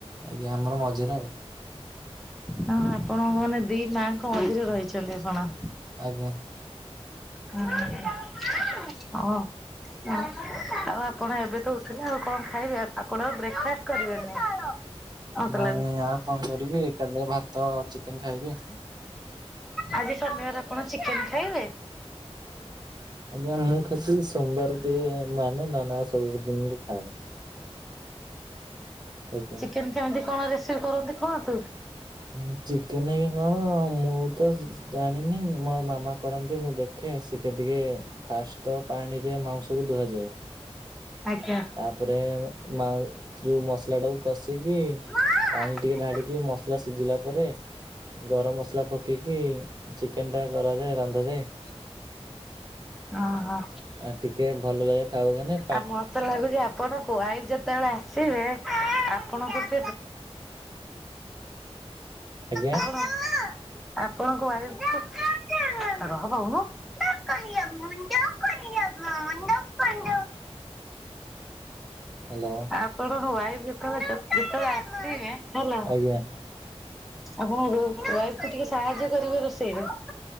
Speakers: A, on the right (about 40°); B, in the centre.
A: ଆଜ୍ଞା ଆମର ମଝିରେ ଆଉ।
B: ହଁ ଆପଣଙ୍କ ମାନେ ଦି ମାଁ ଙ୍କ ମଝିରେ ରହିଚନ୍ତି ଆପଣ।
A: ଆଜ୍ଞା।
B: ହଁ ହଁ। ଆଉ ଆପଣ ଏବେ ତ ଉଠିଲେ ଆଉ କଣ ଖାଇବେ ଆପଣ ଆ ବ୍ରେକଫାଷ୍ଟ କରିବେନି। ମତେ
A: ନାଇଁ
B: ଲାଗୁଛି।
A: ଆଉ କଣ କରିବି ଏକାଥରେ ଭାତ ଚିକେନ ଖାଇବି।
B: ଆଜି ଶନିବାର ଆପଣ ଚିକେନ ଖାଇବେ।
A: ଆଜ୍ଞା ମୁଁ ଖାଲି ସୋମବାର ଟିକେ ମାନେ ନହେନେ ଆଉ ସ ସବୁ ଦିନ ବି ଖାଏ ଆଜ୍ଞା।
B: କେମତି କେମିତି କଣ ରେସିପି କରନ୍ତି କୁହନ୍ତୁ।
A: ହଁ ଚିକେନେ ହଁ ମୁଁ ତ ଜାଣିନି ମୋର ମାମା କରନ୍ତି ମୁଁ ଦେଖେ ଶି ଖେ ଟିକେ ଫାଷ୍ଟ ତ ପାଣିରେ ମାଉଁସକୁୁ ଧୁଆଯାଏ।
B: ଆଜ୍ଞା।
A: ତାପରେ ମାଉ ଯୋଉ ମସଲା ଟାକୁ କଷିକି
B: ଓହୋ ଆଉ
A: ପାଣି ଟିକେ ଢ଼ାଳିକି ମସଲା ସିଝିଲା ପରେ ଗରମ ମସଲା ପକେଇକି ଚିକେନ ଟା କରାଯାଏ ରାନ୍ଧାଯାଏ।
B: ଓ ହୋ।
A: ଆଉ ଟିକେ ଭଲ ଲାଗେ ଖାଉବନେ
B: ଆଉ ମୋତେ ତ ଲାଗୁଛି ଆପଣ କୁଆ ଯେତେବେଳେ ଆସିବେ ଆପଣଙ୍କୁ <unintelligible>
A: ଆଜ୍ଞା।
B: ଆପଣ ଆପଣଙ୍କ ୱାଇଫ କୁ <unintelligible> <inaudible>
A: ହ୍ୟାଲୋ।
B: ଆପଣଙ୍କ ୱାଇଫ ଯେତେବେଳେ ଯେତେବେଳେ ଆସିବେ ହେଲା
A: ଆଜ୍ଞା
B: ଆପଣ ୱାଇଫ କୁ ଟିକେ ସାହାଯ୍ୟ କରିବେ ରୋଷେଇରେ।